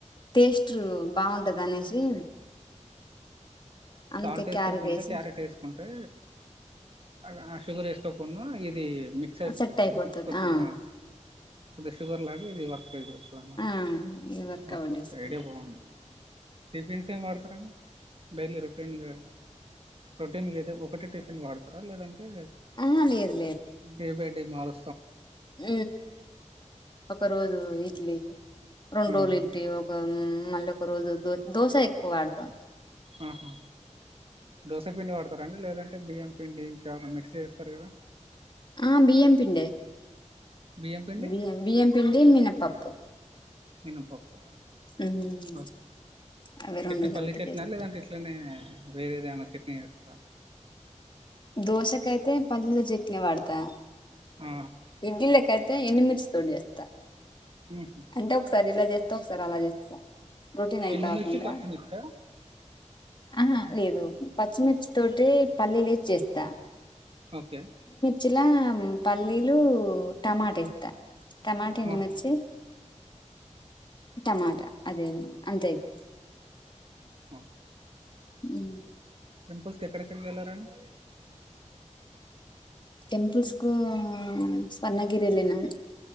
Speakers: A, on the left (about 40°); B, on the right (about 45°).
A: టేస్ట్ బాగుంటది అనేసి అందుకే
B: సాల్ట్ వేసుకోకుంటే
A: క్యారెట్ వేసి
B: క్యారెట్ వేసుకుంటే అద షుగర్ వేసుకో కొన్న ఇది మిక్స్ అయిపోతుంది
A: సెట్ అయిపోతది
B: కొద్దిం
A: ఆ
B: కొద్దిగా షుగర్ లాగా ఇది వర్క్ చేస్తా అన్నట్
A: ఆ ఇది వర్కౌట్
B: ఓకే ఓకే
A: చేసుకుంటా
B: ఐడియా బాగుంది టిఫిన్స్ ఏం వాడతారండి డైలీ రొటీన్గా రొటీన్గా అయితే ఒకటి టిఫిన్ వాడతారా లేదంటే
A: ఆ లేదు
B: డే బై డ మారు
A: హ పక్క రజ ఇడ్లీ రెండు
B: మ్మ్
A: రోజులు ఇడ్డి ఒక మళ్ళీ ఒక రోజు దో దోశ ఎక్కువ వాడదాం
B: ఆహా దోశ పిండి వాడతారంాండి లేదంటే బియ్యం పిండి ఇంకా ఏవనా మిక్స్ీ చేస్తారు కదా
A: ఆ బిఎంపిిడి
B: బియ్యం పిండి
A: బియ బియ్యంపిండి మినపప్పు
B: నను పాపో
A: ఉమ్,
B: కే
A: అవి
B: చట్నీ
A: రెండు
B: పల్లీ
A: కలిపి
B: చట్నీ
A: చేస్తా
B: లేదంటే ఇట్లనే వేర ఏదినా చట్నీ వస్తరా
A: దోశకైతే పల్లీల చట్నీ వాడతా
B: ఆ
A: ఇడ్లీలక అయితే ఎన్నిమిించి తోడు చేస్తా
B: మ్మ్ హ్మ్
A: అంటే ఒకసారి ఇలా చేస్తా ఒకసారి అలా చేస్తా రొటీన్ అయి
B: ఎండుమిర్చి
A: కాకుండా
B: పచ్చిమిర్చా
A: ఆహా లేదు పచ్చిమిర్చి తోటి పల్లీలు ఏసి చేస్తా
B: ఓకే
A: చిలా పల్లీలు టమాట ఏస్తా టమాటా ఎండిమిర్చి
B: ఆహా
A: టమాటా అదేం అంతే ఇగ
B: ఓ
A: ఊ
B: టెంపుల్స్ కి ఎక్కడెక్కడికి వెళ్ళారండి
A: టెంపుల్స్ కు స్వర్ణగిరి వెళ్ళినం